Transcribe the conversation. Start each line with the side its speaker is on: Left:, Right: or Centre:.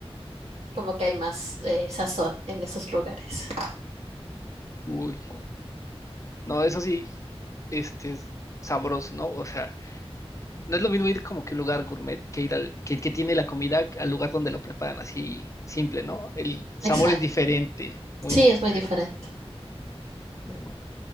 Right: Como que hay más eh, sazón en esos lugares.
Left: Uy, no, eso sí, este es sabroso, ¿no? O sea, no es lo mismo ir como que a un lugar gourmet que ir al, que, que tiene la comida al lugar donde lo preparan así simple, ¿no? El sabor
Right: Exacto.
Left: es diferente, muy,
Right: Sí,
Left: muy
Right: es
Left: diferente.
Right: muy diferente.
Left: Pero bueno.